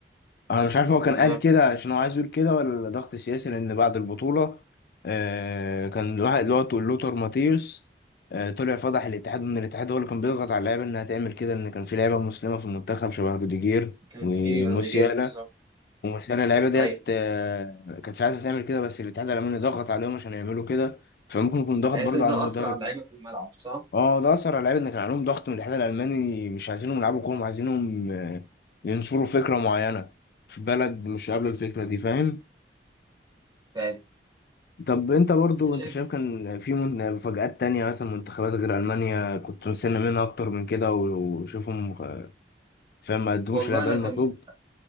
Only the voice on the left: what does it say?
انا مش عارف هو كان
قال كده عشان هو عايز يقول كده ولا ضغط سياسي لان بعد البطوله آه كان الواحد اللي هو لوتر ماتيوس آه طلع فضح الاتحاد ان الاتحاد هو اللي كان بيضغط على اللعيبه انها تعمل كده ان كان في لعيبه مسلمه في المنتخب شبه روديجير
وموسيالا
وموسيالا اللعيبه ديت
آه كانتش عايزه تعمل كده بس الاتحاد الالماني ضغط عليهم عشان يعملوا كده فممكن يكون ضغط
برضه
على المدرب
اه ده اثر على اللعيبه ان كان عليهم ضغط من الاتحاد الالماني مش عايزينهم يلعبوا كوره عايزينهم آه، ينشروا فكره معينه في بلد مش قابله الفكره دي فاهم
طب انت برضو
انت
شايف كان في من- مفاجآت تانية مثلا منتخبات غير المانيا كنت مستني منها اكتر من كده و- وشوفهم آه، فاهم ما ادوش
الاداء
المطلوب